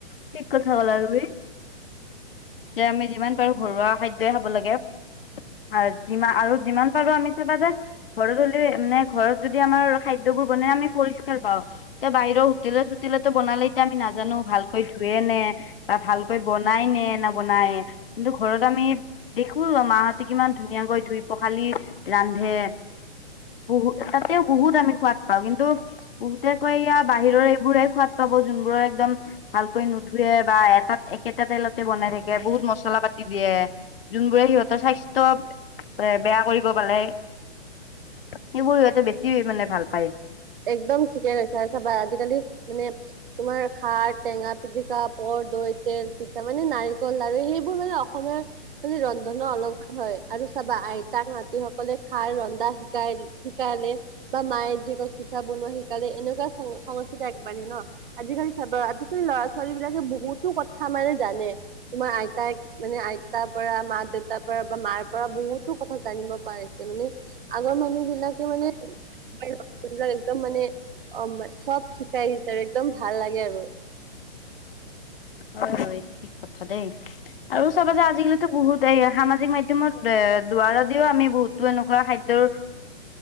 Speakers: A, on the left (about 60°); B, on the right (about 55°).
A: ঠিক কথা কলা তুমি যে আমি যিমান পাৰো ঘৰুৱা খাদ্যই খাব লাগে আৰু যিমান আৰু যিমান পাৰো আমি চাবা যে ঘৰত হ'লেও মানে ঘৰত যদি আমাৰ খাদ্যয়বোৰ বনাই আমি পৰিস্কাৰ পাওঁ এতিয়া বাহিৰৰ হোটেলৰ হোটেলতো বনালে এতিয়া আমি নাজানো ভালকৈ ধুৱে নে বা ভালকৈ বনাই নবনায় কিন্তু ঘৰত আমি দেখো মাহঁতে কিমান ধু ধুনীয়াকৈ ধুই পখালি ৰান্ধে বহু তাতেও বহুত আমি সোৱাদ পাওঁ কিন্তু বহুতে কয় ইয়া বাহিৰৰ এইবোৰেহ সোৱাদ পাব যোনবোৰৰ একদম ভালকৈ নোধোৱে বা এটাত একেটা তেলত থাকে বহুত মছলা পাতি দিয়ে যোনবোৰে সিহঁতৰ স্বাস্থ্য এ বেয়া কৰিব পালে সেইবোৰ সিহঁতে বেছি মানে ভাল পায়
B: একদম ঠিকে গৈছ আৰু চাবা আজিকালি মানে তোমাৰ সাৰ টেঙা পিটিকা পৰ দৈত তেল পিঠা মানে নাৰিকল লাৰু সেইবোৰ মানে অসমীয়াাৰ মানে ৰন্ধনৰ অলংকাৰ হয় আৰু চাবা আইতাক মাতি সকলে খাই ৰন্ধা শিকাই-শিকাইালে বা মায়ে যি ক পিঠা বনোৱা শিকালে এনেকুৱা সংস্কৃতি আগবাঢ়ে ন আজিকালি চাবা আজিকালি ল'ৰা ছোৱালী বিলাকে বুত বহুতো কথা মানে জানে তোমাৰ আইতাই মানে আইতাৰ পৰা মা দেউতাৰ পৰা বা মাৰ পৰা বহুতো কথা জানিব পাৰিছে মানে আগৰ মানুহ বিলাকে মানে <unintelligible> কোনবাক একদম মানে অ, চব শিকাই দিছে আৰু একদম ভাল লাগে আৰু।
A: হয় - হয় এইটো ঠিক কথা দেই আৰু চব আছে আজিকালিতো বহুত এই সামাজিক মাধ্যমত দুৱাৰদিও আমি বহুতো এনেকুৱা খাদ্যৰ